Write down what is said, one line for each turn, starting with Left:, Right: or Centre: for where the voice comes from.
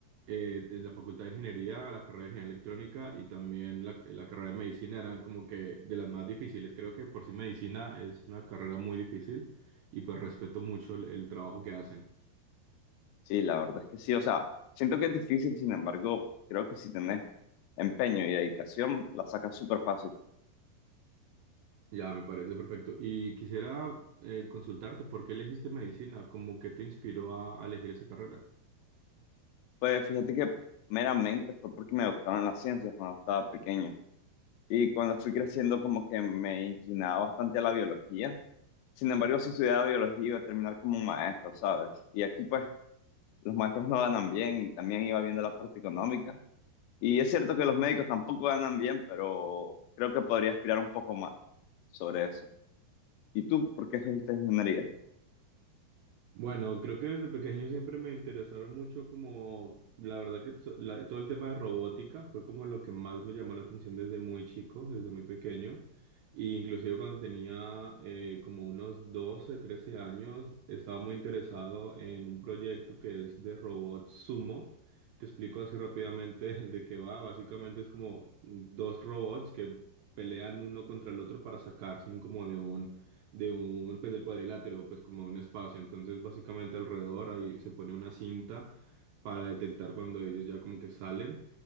Right: eh, en la Facultad de Ingeniería, la carrera de Ingeniería Electrónica y también la, la carrera de Medicina eran como que de las más difíciles. Creo que por sí Medicina es una carrera muy difícil y pues respeto mucho el, el trabajo que hacen.
Left: Sí, la verdad es que sí, o sea, siento que es difícil, sin embargo, creo que si tenés empeño y dedicación, la sacas súper fácil.
Right: Ya, me parece perfecto. Y quisiera eh, consultarte, ¿por qué elegiste medicina? ¿Cómo que te inspiró a, a elegir esa carrera?
Left: Pues fíjate que meramente fue porque me gustaban las ciencias cuando estaba pequeño y cuando fui creciendo como que me inclinaba bastante a la biología. Sin embargo, si estudiaba biología iba a terminar como un maestro, ¿sabes? Y aquí pues los maestros no ganan bien y también iba viendo la parte económica. Y es cierto que los médicos tampoco ganan bien, pero creo que podría aspirar un poco más sobre eso. ¿Y tú por qué escogiste ingeniería?
Right: Bueno, creo que desde pequeño siempre me interesaron mucho como, la verdad que to- la- todo el tema de robótica fue como lo que más me llamó la atención desde muy chico, desde muy pequeño. Y inclusive cuando tenía eh, como unos 12, 13 años, estaba muy interesado en un proyecto que es de robot Sumo. Te explico así rápidamente <laughs> de qué va. Básicamente es como dos robots que pelean uno contra el otro para sacarse como de un de un, pues del cuadrilátero, pues como un espacio. Entonces, básicamente alrededor ahí se pone una cinta para detectar cuando ellos ya como que salen.